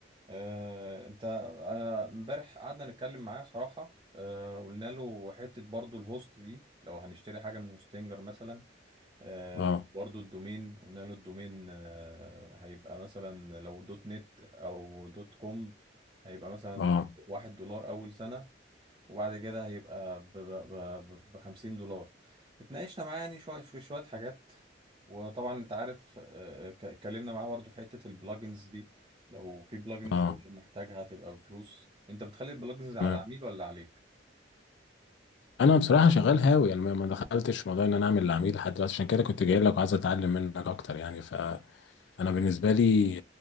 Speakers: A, on the right; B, on the left.
A: آه، انت انا امبارح قعدنا نتكلم معاه صراحة آه، قلنا له حتة برضو الهوست دي لو هنشتري حاجة من هوستنجر مثلا آه،
B: اه
A: برضو الدومين قلنا له الدومين آه، هيبقى مثلا لو دوت نت او دوت كوم هيبقى مثلا
B: اه
A: واحد دولار اول سنة وبعد كده هيبقى ب ب- ب- ب- 50 دولار اتناقشنا معاه يعني شوية في شوية حاجات وطبعا انت عارف آه، ك- اتكلمنا معاه برضه في حتة البلجنز دي لو في بلجنز
B: اه
A: هو محتاجها تبقى بفلوس انت بتخلي البلجنز
B: تمام
A: على العميل ولا عليك
B: انا بصراحه شغال هاوي يعني ما ما دخلتش في موضوع ان انا اعمل العميل لحد دلوقتي عشان كده كنت جاي لك وعايز اتعلم منك اكتر يعني فانا بالنسبه لي